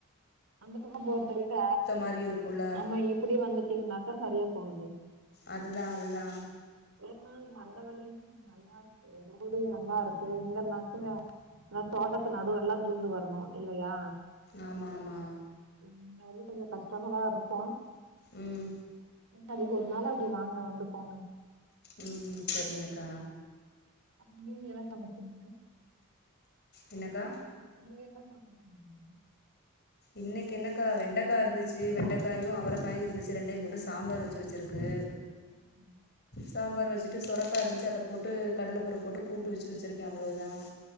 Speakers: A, on the right; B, on the left.
A: அந்த பக்க போறத விட,
B: மாரியு இருக்குல்ல
A: ஆமா இப்டி வந்துட்டீங்கன்னாக்கா சரியா போது
B: அதுதா அதுதா
A: ஏன்னா அந்த வழியிலும் நல்லா இருக்கு ரோடு நல்லா இருக்கு இங்கனாக்கு தோடத்து நடு எல்லா பூந்து வரணு இல்லயா
B: ஆமாம்மா
A: இருந்தாலு கொஞ்சோ கஷ்டமாதா இருக்கு
B: உம்
A: அதுக்கு ஒரு நாள் அப்டி வாங்க வந்து போங்க
B: உம் சரிங்கக்கா
A: அ நீங்க என்ன சமச்சீங்க
B: என்னக்கா
A: நீங்க என்ன சமச்சீங்க
B: இன்னைக்கு என்னக்கா வெண்டக்கா இருந்துச்சு வெண்டக்காயு அவரக்காயு இருந்துச்சு ரெண்டயு போட்டு சாம்பார் வச்சு வச்சிருக்கு
A: உம்
B: சாம்பார் வச்சுட்டு சுரக்கா இருந்ச்சு அத போட்டு கடல பருப்பு போட்டு கூட்டு வச்சு வச்சுருக்கே அவ்ளோதா